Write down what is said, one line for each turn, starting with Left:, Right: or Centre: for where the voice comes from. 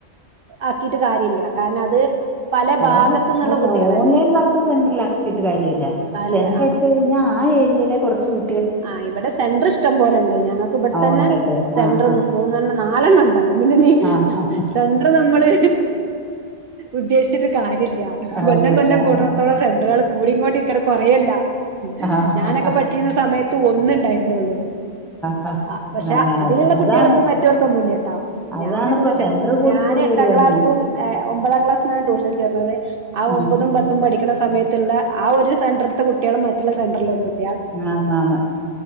Right: ആക്കിട്ട് കാര്യല്ല കാരണം അത് പല ഭാഗത്തു
Centre: ഓൺലഅല്ല
Right: നിന്നുള്ള കുട്ടികളല്ലേ
Centre: ഓൺലൈൻ ക്ലാസ്സ് സെന്ററിലാക്കിട്ട് കാര്യല്ല
Right: അല്ല
Centre: സെന്ററെപ്പോഴും
Right: ആ
Centre: ന്നാ ആ ഏര്യേലാ കൊർച്ച് കു
Right: ആ ഇവടെ സെന്റർഷ്ടം പോലെണ്ട് ഞങ്ങക്ക് ഇപട്ത്തെന്നെ
Centre: ആ ഉണ്ടല്ലേ
Right: സെന്റർ
Centre: ആ ഹാ
Right: മൂന്നെണ്ണം നാലെണ്ണണ്ട് അപ്പൊപിന്നെനി
Centre: ആ ഹാ
Right: സെൻ്റർനമ്മള് ഉദ്ദേശിച്ചിട്ട് കാര്യല്ല
Centre: കാര്യമില്ല
Right: കൊല്ലം കൊല്ലം കൂട്ണോട്ത്തോളം
Centre: ആ
Right: സെൻ്ററാള് കൂടിംകൊണ്ടിരിക്കാണ് കൊറയല്ല
Centre: ഹാ
Right: ഞാനൊക്കെ പഠ് ച്ചീന്ന സമയത്ത് ഒന്ന്ണ്ടായ്ര്ന്നൊള്ളു
Centre: ഹാ
Right: ആ പക്ഷെ
Centre: അതാണ്
Right: അതില്ള്ള
Centre: അതാണ്
Right: കുട്ട്യാള് പ്പോ മറ്റോട്ത്തൊന്നുല്ലട്ടോ
Centre: അതാണ്
Right: ഞാന്
Centre: ഇപ്പൊ
Right: ടൂഷം
Centre: സെന്റർ കൂടി
Right: ഞാന്
Centre: കൂടി
Right: എട്ടാം
Centre: വരുവാന്ന്
Right: ക്ലാസ്സും ഒമ്പതാം ക്ലാസ്സ്ന്നാണ് ട്യൂഷൻ ചേർന്നത് ആ
Centre: ഉം
Right: ഒമ്പതും
Centre: ഉം
Right: പത്തും പഠിക്ക്ണ സമയ ത്ത്ള്ളെ ആ ഒരു സെന്റർത്തെ കുട്ട്യാള് മറ്റുള്ള സെന്റർലൊന്നുംല്ല
Centre: ആ മാ മ്